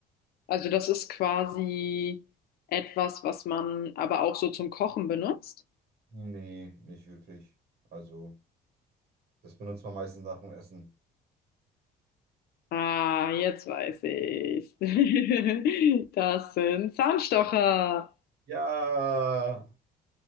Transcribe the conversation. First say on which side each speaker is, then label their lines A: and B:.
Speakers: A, on the left (about 65°); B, on the right (about 65°).
A: also das ist quasi etwas, was man aber auch so zum Kochen benutzt.
B: Nee, nicht wirklich. Also, das benutzt man meistens nach dem Essen.
A: Ah, jetzt weiß ich's. <laughs> Das sind Zahnstocher.
B: Ja.